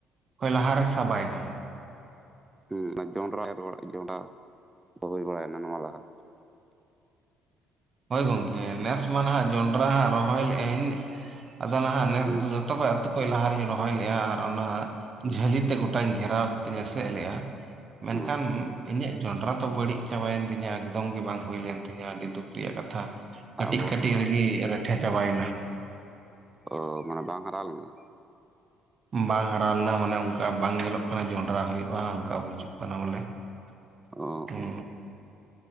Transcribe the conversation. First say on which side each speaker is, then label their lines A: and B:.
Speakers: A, on the right; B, on the right.
A: ᱚᱠᱚᱭ ᱞᱟᱦᱟᱨᱮ ᱥᱟᱵᱟᱭᱱᱟ
B: ᱦᱩᱸ ᱟᱨ ᱡᱚᱸᱰᱨᱟ ᱮᱨ ᱵᱟᱲᱟᱜ ᱡᱚᱸᱰᱨᱟ ᱠᱟᱢᱤ ᱵᱟᱲᱟᱭᱱᱟ ᱱᱚᱣᱟ ᱞᱟᱦᱟ
A: ᱦᱳᱭ ᱜᱚᱝᱠᱮ ᱱᱮᱥ ᱢᱟ ᱱᱟᱦᱟᱜ ᱡᱚᱸᱱᱰᱨᱟ ᱦᱟᱸᱜ ᱨᱚᱦᱚᱭ ᱞᱮ ᱟᱹᱧ ᱟᱫᱚ ᱱᱟᱦᱟᱜ ᱱᱮᱥ
B: ᱦᱩᱸ
A: ᱫᱚ ᱠᱷᱚᱡ ᱟᱹᱛᱩ ᱠᱷᱚᱡ ᱞᱟᱦᱟᱨ ᱨᱤᱧ ᱨᱚᱦᱚᱭ ᱞᱮᱜᱼᱟ ᱟᱨ ᱚᱱᱟ
B: ᱦᱩᱸ
A: ᱡᱷᱟᱹᱞᱤ ᱛᱮ ᱜᱚᱴᱟᱧ ᱜᱷᱮᱨᱟᱣ ᱠᱟᱛᱮᱧ ᱮᱥᱮᱫ ᱞᱮᱜᱼᱟ ᱢᱮᱱᱠᱷᱟᱱ
B: ᱚ
A: ᱤᱧᱟᱹᱜ ᱡᱚᱸᱰᱨᱟ ᱛᱚ ᱵᱟᱹᱲᱤᱡ ᱪᱟᱵᱟᱭᱮᱱ ᱛᱤᱧᱟᱹ ᱮᱠᱫᱚᱢ ᱜᱮ ᱵᱟᱝ ᱦᱩᱭ ᱞᱮᱱ ᱛᱤᱧᱟ ᱟᱹᱰᱤ ᱫᱩᱠ ᱨᱮᱭᱟᱜ ᱠᱟᱛᱷᱟ ᱠᱟᱹᱴᱤᱡ
B: ᱟᱵᱚᱦᱟᱣᱟ
A: ᱠᱟᱹᱴᱤᱡ ᱨᱮᱜᱤ ᱨᱮᱴᱷᱮ ᱪᱟᱵᱟᱭᱮᱱᱟ
B: ᱚ ᱢᱟᱱᱮ ᱵᱟᱝ ᱦᱟᱨᱟ ᱞᱮᱱᱟ
A: ᱵᱟᱝ ᱦᱟᱨᱟ ᱞᱮᱱᱟ ᱢᱟᱱᱮ ᱚᱝᱠᱟ ᱵᱟᱝ ᱧᱮᱞᱚᱜ ᱠᱟᱱᱟ ᱡᱚᱸᱱᱰᱨᱟ ᱦᱩᱭᱩᱜᱼᱟ ᱚᱝᱠᱟ ᱵᱩᱡᱩᱜ ᱠᱟᱱᱟ ᱵᱚᱞᱮ
B: ᱚ
A: ᱦᱩᱸ
B: ᱚ